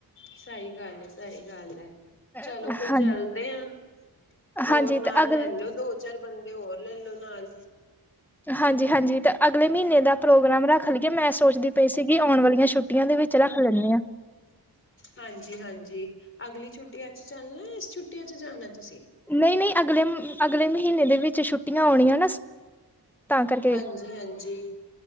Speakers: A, on the left (about 35°); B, in the centre.
A: ਸਹੀ ਗੱਲ ਹੈ ਸਹੀ ਗੱਲ ਹੈ ਚਲੋ
B: ਹੈ
A: ਫਿਰ
B: ਹਾਂਜੀ
A: ਚਲਦੇ ਹਾਂ ਹੋਰ
B: ਹਾਂਜੀ
A: ਨਾਲ
B: ਤੇ ਅਗਲ
A: ਲੈਲੋ ਦੋ ਚਾਰ ਬੰਦੇ ਹੋਰ ਲੈਲੋ ਨਾਲ
B: ਹਾਂਜੀ ਹਾਂਜੀ ਤੇ ਅਗਲੇ ਮਹੀਨੇ ਦਾ ਪ੍ਰੋਗਰਾਮ ਰੱਖ ਲਈਏ ਮੈਂ ਸੋਚਦੀ ਪਈ ਸੀਗੀ ਆਉਣ ਵਾਲੀਆਂ ਛੁੱਟੀ ਛੁੱਟੀਆਂ ਦੇ ਵਿੱਚ ਰੱਖ ਲੈਂਦੇ ਹਾਂ
A: ਹਾਂਜੀ ਹਾਂਜੀ ਅਗਲੀ ਛੁੱਟੀਆਂ ਚ ਚੱਲਣਾ ਇਸ ਛੁਟੀਆਂ ਚ ਜਾਣਾ ਤੁਸੀਂ
B: ਨਹੀਂ ਨਹੀਂ ਅਗਲੇ ਅਗਲੇ ਮਹੀਨੇ ਦੇ ਵਿੱਚ ਛੁੱਟੀਆਂ ਆਉਣੀਆਂ ਨਾ ਤਾਂ ਕਰਕੇ
A: ਹਾਂਜੀ ਹਾਂਜੀ